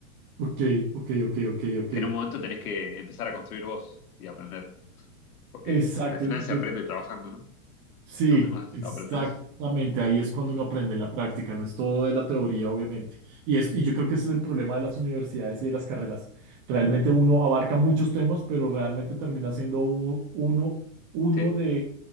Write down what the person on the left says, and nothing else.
Que en un momento tenés que empezar a construir vos y aprender. Porque
al final se
aprende trabajando, ¿no?
Donde más
aprendés.
Sí.